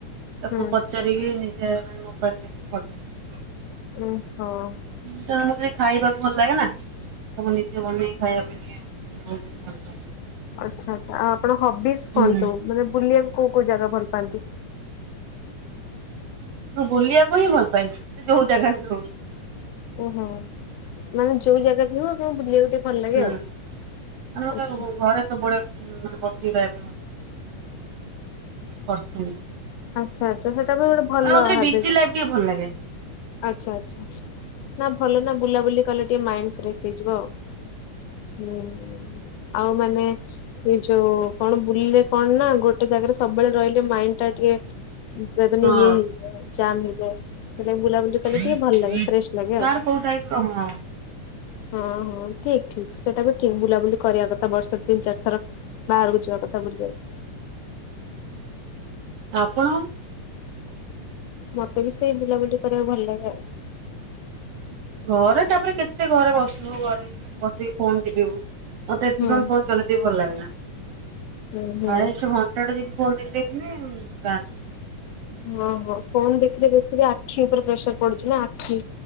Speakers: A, on the right; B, on the left.
A: ତାକୁ
B: ହୁଁ
A: ପଚାରିକି ନିଜେ। <unintelligible>
B: ଓ ହୋଃ।
A: ତେଣୁ ମତେ ଟିକେ ଖାଇବାକୁ ଭଲ ଲାଗେ ନା? ତମ ନିଜେ ବନେଇ ଖାଇବା ପାଇଁ। <unintelligible>
B: ଆଚ୍ଛା ଆଛା। ଆଉ ଆପଣ ହବିସ୍
A: ହୁଁ
B: କଣ ସବୁ? ମାନେ ବୁଲିବାକୁ। କୋଉ କୋଉ ଜାଗା ଭଲ ପାଆନ୍ତି?
A: ମୁଁ ବୁଲିବାକୁ ହିଁ ଭଲ ପାଏ। ସେ ଯୋଉ ଜାଗା ବି ହଉ।
B: ଓହୋ ମାନେ ଯୋଉ ଜାଗା ବି ହେଉ, ଆପଣ ବୁଲିବାକୁ ଟିକେ। ଭଲ ଲାଗେ
A: ହୁଁ।
B: ଆଉ।
A: ଆମର
B: ଆଚ୍ଛା
A: ତ ଘରେ ସବୁବେଳେ। <unintelligible>
B: ଆଚ୍ଛା ଆଚ୍ଛା। ସେଟା ବି ଗୋଟେ ଭଲ
A: ମାନେ ମତେ ଟିକେ
B: ହାବିଟ।
A: ବିଜି ଲାଇଫ ଟିକେ ଭଲ ଲାଗେ।
B: ଆଛା ଆଛା। ନା ଭଲ ନା। ବୁଲାବୁଲି କଲେ ଟିକେ ମାଇଣ୍ଡ ଫ୍ରେଶ। ହେଇଜିଵ। ହୁଁ, ଆଉ ମାନେ ଏ ଯୋଉ କଣ ବୁଲିଲେ କଣ ନା ଗୋଟେ ଜାଗାରେ ସବୁବେଳେ ରହିଲେ ମାଇଣ୍ଡ। <unintelligible>
A: ହଁ। ଚାର
B: ଲାଗେ ଫ୍ରେଶ ଲାଗେ ଆଉ।
A: କୋଉଠା କ <unintelligible>
B: ହଁ, ହଁ, ଠିକ ଠିକ। ସେଟା ବି ଠିକ। ବୁଲାବୁଲି କରିବା କଥା। ବର୍ଷରେ ତିନି, ଚାରି ଥର ବାହାରକୁ ଯିବା କଥା ବୁଲିବାକୁ।
A: ଆପଣ।
B: ମତେ ବି ସେଇ ବୁଲାବୁଲି କରିବାକୁ ଭଲ ଲାଗେ ଆଉ।
A: ହୁଁ ଘରେ ତାପରେ କେତେ ଘରେ ବସିବୁ ଘରେ ହି ଖାଲି ବସିକି ଫୋନ ଟିପିବୁ। ମତେ ଏତେ
B: ହୁଁ
A: ସମ ଫୋନ ଚଲେଇତେ ବି ଭଲ ଲାଗେନା
B: ହୁଁ ହୁଁ।
A: ହାଏଷଟ ଘଣ୍ଟାଟେ ଯଦି ଫୋନ ଦେ ଦେଖିନା ବାସ୍
B: ହଁ ହଁ ଫୋନ୍ ଦେଖିଲେ ବେଶୀରେ ଆଖି ଉପରେ ପ୍ରେସର ପଡୁଚି ନା ଆଖି